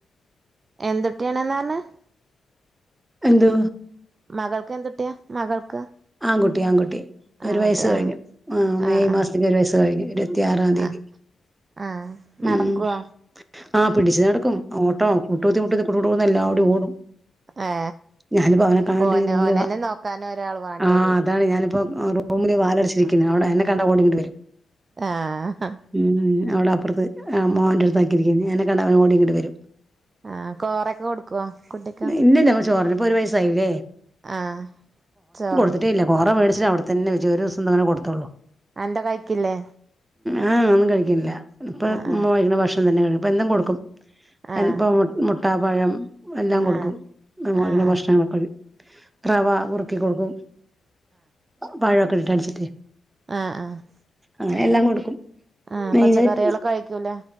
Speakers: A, on the right; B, on the right.
A: എന്ത്ട്ടിയാണ്ന്നാ പറഞ്ഞേ.
B: എന്ത്
A: മകൾക്ക് എന്തുട്ടിയാ മകൾക്ക്.
B: ആൺകുട്ടി ആൺകുട്ടി
A: ആൺകുട്ടി
B: ഒരു വയസ്സ് കഴിഞ്ഞു
A: ആഹ്
B: ആ മെയ്
A: ആഹ് ആഹ്
B: മാസത്തേക്ക്‌ ഒരു വയസ്സ് കഴിഞ്ഞു. ഇരുപത്തിയാറാം തീയതി
A: ആഹ് ആഹ്
B: ഉം.
A: നടക്കുവോ
B: ആ പിടിച്ച് നടക്കും ഓട്ടോ മുട്ടൂത്തി മുട്ടൂത്തി കുടു കുടു എല്ലാവടെയും ഓടും.
A: ഏ
B: ഞാനിപ്പോ അവനെ കാണണ്ട്
A: ഓന
B: റൂമില്
A: ഓനന്നെ
B: വാ-
A: നോക്കാന് ഒരാൾ വാണ്ടേ.
B: ആ അതാണ് ഞാനിപ്പോ റൂമില് വാലടിച്ചിരിക്കുന്നത് അവിടെ എന്നെ കണ്ടാ ഓടിങ്ങട്ട് വരും.
A: ആഹ്
B: ഉം അവിടെ അപ്പുറത്ത് മോന്റെ അടുത്ത ആക്കിയിരിക്ക എന്നെ കണ്ട അവന് ഓടി ഇങ്ങട്ട് വരും.
A: ആഹ് കോറൊക്കെ കൊടുക്കുവോ കുട്ടിക്ക്
B: ഇല്ലല്ല ചോർന്നപ്പൊ ഒരു വയസായില്ലേ.
A: ആ ചോറന്നെ
B: തിന്നിട്ടേയില്ല കോറ വേടിച്ചിട്ട് അടെത്തന്നെ വച്ചക്കാ ഒരു ദിവസം എങ്ങാനും കൊടുത്തോള്ളൂ.
A: അതെന്താ കഴിക്കില്ലേ.
B: ആ ഒന്നും കഴിക്ക്‌ണില്ല ഇപ്പൊ
A: ആഹ്
B: നമ്മള് കഴിക്കണ ഭക്ഷണം തന്നെ കഴിക്കും ഇപ്പം എന്തും കൊടുക്കും. എ
A: ആഹ്
B: ഇപ്പൊ മുട്ട പഴം എല്ലാം കൊടുക്കും
A: ആഹ്
B: <unintelligible>
A: ആഹ് ആഹ്
B: ഭക്ഷണങ്ങളൊക്കെ അത് റവ കുറുക്കി കൊടുക്കും പഴൊക്കെ ഇട്ടടിച്ചിട്ടേ.
A: ആ ആ
B: അങ്ങനെ എല്ലാം കൊടുക്കും.
A: ആ
B: മെയിനായിട്ട്
A: പച്ചക്കറികളൊക്കെ കഴിക്കൂലേ